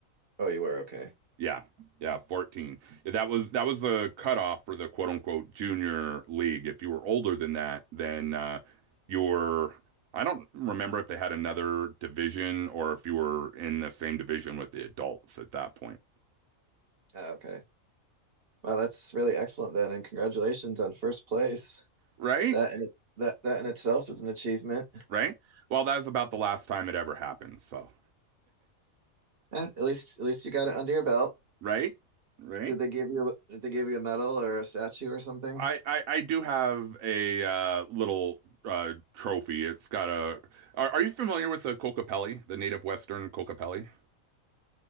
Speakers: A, on the right; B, on the right.
A: Oh, you were okay.
B: Yeah, yeah, fourteen. Yeah, That was that was the cutoff for the quote unquote junior league. If you were older than that, then uh, you were. I don't remember if they had another division or if you were in the same division with the adults at that point.
A: Ah, okay. Well, that's really excellent then, and congratulations on first place.
B: Right,
A: That in it, that that in itself is an achievement.
B: right. Well, that's about the last time it ever happened. So,
A: Eh, at least at least you got it under your belt.
B: right, right.
A: Did they give you did they give you a medal or a statue or something?
B: I, I, I do have a uh, little uh, trophy. It's got a. Are, are you familiar with the Kokapelli, the native Western Kokapelli?